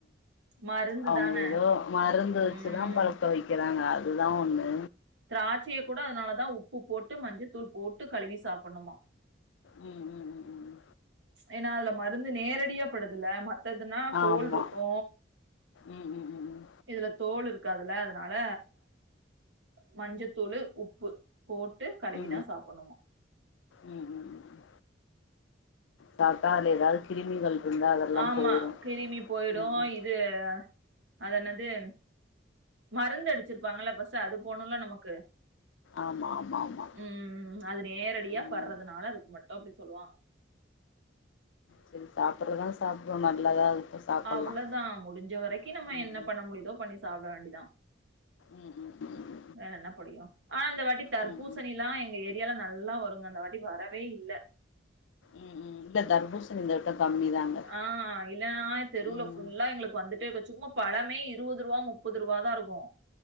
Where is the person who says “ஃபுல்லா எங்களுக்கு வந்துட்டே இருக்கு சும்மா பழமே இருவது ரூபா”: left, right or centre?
Right